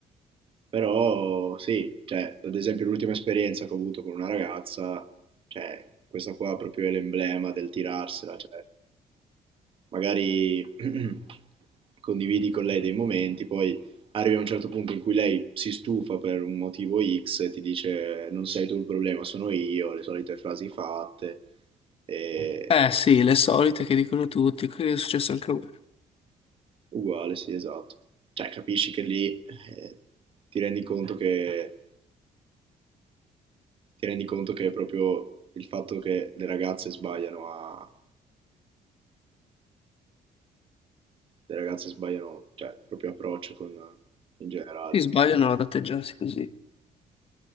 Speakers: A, on the right; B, on the left.
A: Però sì, cioè, ad esempio l'ultima esperienza che ho avuto con una ragazza, cioè, questa qua proprio è l'emblema del tirarsela, cioè, magari <clears throat> condividi con lei dei momenti, poi arrivi a un certo punto in cui lei si stufa per un motivo X e ti dice non sei tu il problema, sono io, le solite frasi fatte, e
B: Eh sì, le solite che dicono tutti, quello che è successo anche a me.
A: uguale, sì, esatto. Cioè, capisci che lì eh, ti rendi conto che ti rendi conto che è proprio il fatto che le ragazze sbagliano a, le ragazze sbagliano, cioè, il proprio approccio con, in generale.
B: Si sbagliano ad atteggiarsi così.